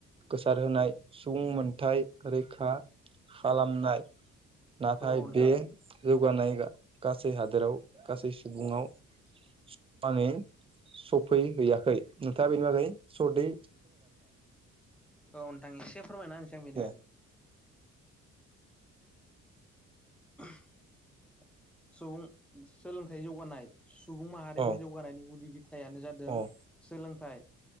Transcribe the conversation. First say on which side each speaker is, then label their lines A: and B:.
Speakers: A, on the right; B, in the centre.
A: गोसारहोनाय सुबुं मोनथाय रैखा खालामनाय। नाथाय
B: औ नोंथां
A: बे जौगानाय गासै हादोराव गासै सुबुंवाव। <unintelligible> सफैहैयाखै नोंथाङा बेनि बागै सदै
B: औ नोंथां एसे फोरमायना होनोसै बेनि
A: दे
B: बागै। <unintelligible> सुबुं सोलोंथाइ जौगानाय सुबुं माहारिनि
A: औ
B: जौगानायनि गुदि बिथ थायाइानो जादों
A: औ
B: सोलोंथाइ